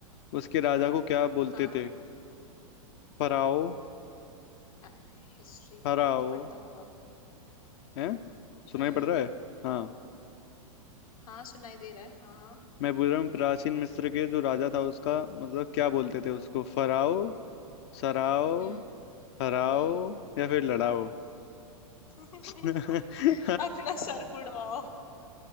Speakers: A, on the left; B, on the left.
A: उसके राजा को क्या बोलते
B: हाँ
A: थे फराओ
B: अरे हिस्ट्री
A: हराओ
B: कौन ही पढ़ता होगा
A: है सुनाई
B: हम्म
A: पड़ रहा है हाँ
B: हाँ सुनाई दे रहा है हाँ हाँ
A: मैं बोल रहा हूँ प्राचीन मिस्र के जो राजा था उसका मतलब क्या बोलते थे उसको फराओ सराओ
B: हम्म
A: हराओ
B: हम्म
A: या फिर लड़ाओ
B: <laughs>
A: <laughs>
B: अपना सर फुड़वाओ